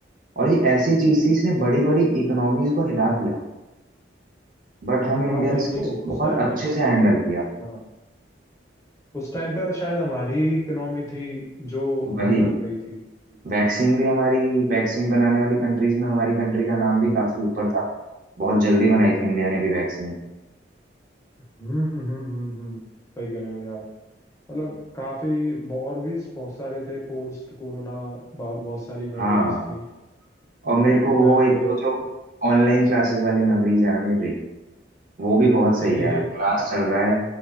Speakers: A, on the right; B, on the left.
A: और ये ऐसी चीज थी इसने बड़ी बड़ी इकोनॉमीज को हिला दिया बट हम इंडियंस
B: हाँ भाई तो
A: बहुत
B: उस टाइम पे
A: अच्छे से हैंडल किया
B: हाँ उस टाइम पे शायद हमारी ही इकोनॉमी थी जो
A: वही
B: ग्रो कर रही थी
A: वैक्सीन भी हमारी वैक्सीन बनाने वाली कंट्रीज में हमारी कंट्री का नाम भी काफी ऊपर था बहुत जल्दी बनाई थी इंडिया ने भी वैक्सीन
B: हम्म हम्म हम्म हम्म सही कह रहे हो यार मतलब काफी ब- और भी बहुत सारे थे पोस्ट कोरोना बहुत सारी मेमोरीज
A: हाँ
B: थी
A: और मेरे को वो
B: लाइक
A: एक तो जो ऑनलाइन क्लासेस वाली मेमोरीज है ना मेरी वो भी बहुत
B: <laughs>
A: सही
B: सही
A: है यार क्लास चल रहा है